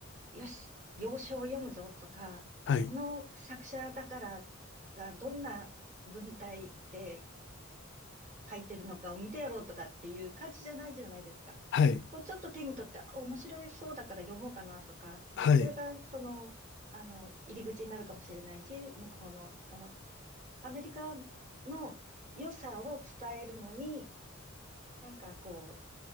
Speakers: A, on the right; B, on the left.
A: よし、洋書を読むぞとか、
B: はい、
A: この作者だからがどんな文体で書いてるのかを見てやろうとかっていう感じじゃないじゃないですか。
B: はい、
A: こうちょっと手に取って、あ面白そうだから読もうかなとか、
B: はい、
A: それがその、あの、入り口になるかもしれないし、向こうの、その、アメリカの良さを伝えるのに、なんかこ